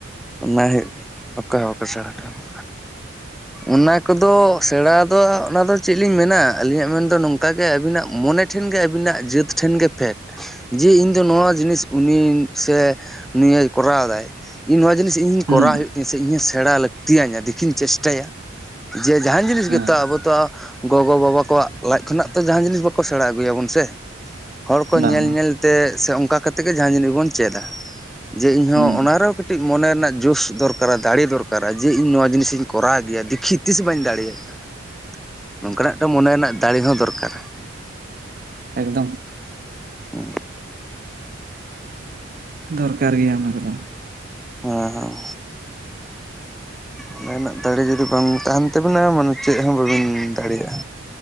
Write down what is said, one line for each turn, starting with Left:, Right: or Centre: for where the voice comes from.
Centre: ᱚᱱᱟ ᱦᱳᱭᱳᱜ ᱚᱠᱚᱭ ᱦᱚᱸ ᱚᱠᱚ ᱥᱮᱬᱟ ᱥᱚᱴᱚ‌ ᱟᱢᱟ ᱚᱱᱟ ᱠᱚᱫᱚ ᱥᱮᱬᱟ ᱫᱚ ᱚᱱᱟ ᱫᱚ ᱪᱮᱫ ᱞᱤᱧ ᱢᱮᱱᱟ ᱟᱹᱞᱤᱧᱟᱜ ᱢᱮᱱᱫᱚ ᱱᱚᱝᱠᱟ ᱜᱮ ᱟᱹᱵᱤᱱᱟᱜ ᱢᱚᱱᱮ ᱴᱷᱮᱱ ᱜᱮ ᱟᱹᱵᱤᱱᱟᱜ ᱡᱟᱹᱛ ᱴᱷᱮᱱ ᱜᱮ ᱯᱷᱮᱠ ᱡᱮ ᱤᱧ ᱫᱚ ᱱᱚᱣᱟ ᱡᱤᱱᱤᱥ ᱩᱱᱤ ᱥᱮ ᱱᱤᱭ ᱠᱚᱨᱟᱣᱫᱟᱭ᱾ ᱤᱧ ᱱᱚᱣᱟ ᱡᱤᱱᱤᱥ ᱤᱧᱤᱧ ᱠᱚᱨᱟᱣ
Right: ᱦᱩᱸ
Centre: ᱦᱩᱭᱩᱜ ᱛᱤᱧᱟᱹ ᱥᱮ ᱤᱧ ᱦᱚᱸ ᱥᱮᱬᱟ ᱞᱟᱹᱠᱛᱤᱭ ᱟᱹᱧᱟ ᱫᱮᱠᱷᱤᱧ ᱪᱮᱥᱴᱟᱭᱟ᱾ ᱡᱮ ᱡᱟᱦᱟᱱ ᱡᱤᱱᱤᱥ
Right: ᱦᱮᱸ
Centre: ᱜᱮᱛᱚ ᱟᱵᱚ ᱛᱚ ᱜᱚᱜᱚᱼᱵᱟᱵᱟ ᱠᱚᱣᱟᱜ ᱞᱟᱡ ᱠᱷᱚᱱᱟᱜ ᱛᱚ ᱡᱟᱦᱟᱸ ᱡᱤᱱᱤᱥ ᱵᱟᱠᱚ ᱥᱮᱬᱟ ᱟᱹᱜᱩᱭ ᱟᱵᱚᱱ ᱥᱮ ᱦᱚᱲ ᱠᱚ ᱧᱮᱞ
Right: ᱵᱟᱝ
Centre: ᱧᱮᱞ ᱛᱮ ᱥᱮ ᱚᱱᱠᱟ ᱠᱟᱛᱮ ᱜᱮ ᱡᱟᱦᱟᱸ ᱡᱤᱱᱤᱥ ᱜᱮ ᱵᱚᱱ ᱪᱮᱫᱟ ᱡᱮ ᱤᱧ ᱦᱚᱸ
Right: ᱦᱩᱸ
Centre: ᱚᱱᱟ ᱨᱮᱦᱚᱸ ᱠᱟᱹᱴᱤᱡ ᱢᱚᱱᱮ ᱨᱮᱱᱟᱜ ᱡᱳᱥ ᱫᱚᱨᱠᱟᱨᱟ ᱫᱟᱲᱮ ᱫᱚᱨᱠᱟᱨᱟ ᱡᱮ ᱤᱧ ᱱᱚᱣᱟ ᱡᱤᱱᱤᱥᱤᱧ ᱠᱚᱨᱟᱣ ᱜᱮᱭᱟ ᱫᱤᱠᱷᱤ ᱛᱤᱥ ᱵᱟᱹᱧ ᱫᱟᱲᱮᱭᱟᱜᱼᱟ᱾
Right: ‍‍ᱻ
Centre: ᱱᱚᱝᱠᱟᱱᱟᱜ ᱢᱚᱱᱮ ᱨᱮᱱᱟᱜ ᱫᱟᱲᱮ ᱦᱚᱸ ᱫᱚᱨᱠᱟᱨᱟ᱾
Right: ᱮᱠᱫᱚᱢ
Centre: ᱦᱩᱸ
Right: ᱫᱚᱨᱠᱟᱨ ᱜᱮᱭᱟ ᱚᱱᱟ ᱠᱚᱫᱚ᱾
Centre: ᱦᱚᱸ ᱦᱚᱸ ᱚᱱᱟ ᱨᱮᱱᱟᱜ ᱫᱟᱲᱮ ᱡᱩᱫᱤ ᱵᱟᱝ ᱛᱟᱦᱮᱱ ᱛᱟᱵᱤᱱᱟ ᱢᱟᱱᱮ ᱪᱮᱜ ᱦᱚᱸ ᱵᱟᱹᱵᱤᱱ ᱫᱟᱲᱮᱭᱟᱜᱼᱟ᱾